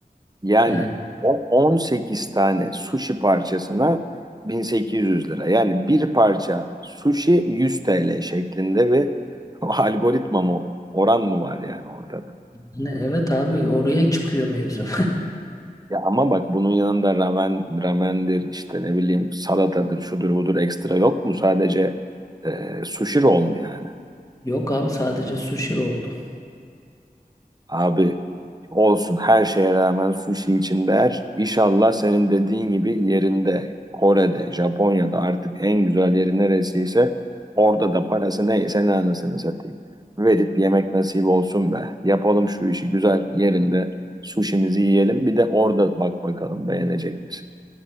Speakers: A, on the right; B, on the left.
A: Yani
B: Yani
A: o 18 tane sushi parçasına 1800 lira. Yani bir parça sushi 100 TL şeklinde bir <laughs> algoritma mı oran mı var yani ortada?
B: hani evet abi oraya çıkıyor mevzu.
A: Ya ama bak bunun yanında ramen, ramendir işte ne bileyim salatadır şudur budur ekstra yok mu? Sadece e, sushi roll mu yani?
B: <laughs> Yok abi sadece sushi oldu.
A: Abi olsun her şeye rağmen sushi için değer. İnşallah senin dediğin gibi yerinde Kore'de, Japonya'da artık en güzel yeri neresiyse orada da parası neyse ne anasını satayım. Verip yemek nasip olsun be. Yapalım şu işi güzel yerinde sushimizi yiyelim. Bir de orada bak bakalım beğenecek misin?